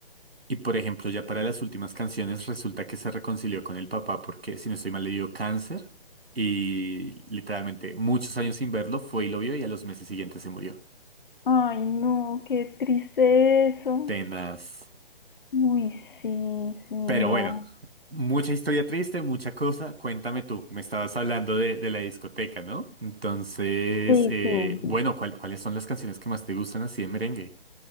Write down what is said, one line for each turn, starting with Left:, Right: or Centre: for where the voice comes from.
Right: y por ejemplo, ya para las últimas canciones resulta que se reconcilió con el papá porque, si no estoy mal, le dio cáncer y literalmente muchos años sin verlo fue y lo vio y a los meses siguientes se murió.
Left: Ay, no, qué triste eso.
Right: Tenaz.
Left: Uy, sí, sí,
Right: Pero
Left: no.
Right: bueno, mucha historia triste, mucha cosa. Cuéntame tú, me estabas hablando de, de la discoteca, ¿no? Entonces,
Left: Sí,
Right: eh,
Left: sí.
Right: bueno, ¿cuál- cuáles son las canciones que más te gustan así de merengue?